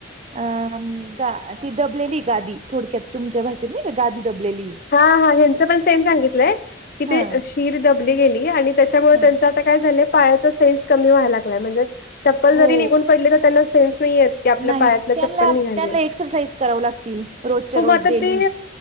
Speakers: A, on the right; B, on the left.
A: अं गा ती दबलेली गादी थोडक्यात तुमच्या भाषेत नाही का गादी दबलेलीय.
B: हा हा ह्यांचं पण सेम सांगितलंय, कि
A: हा
B: ते शिर दबली गेली आणि त्याच्यामुळे
A: हा
B: त्यांचा आता काय झालय पायाचा साईज कमी व्हाय लागलाय म्हणजे, चप्पल
A: हो
B: जरी निघून पडली तर त्यांना साईज नाही येत. की आपल्या
A: नाही
B: पायातल
A: त्यांना
B: चप्पल निघाली
A: त्यांना
B: आहे,
A: एक्सरसाइज कराव लागतील रोजच्या
B: हो
A: रोज
B: आता
A: डेली
B: ते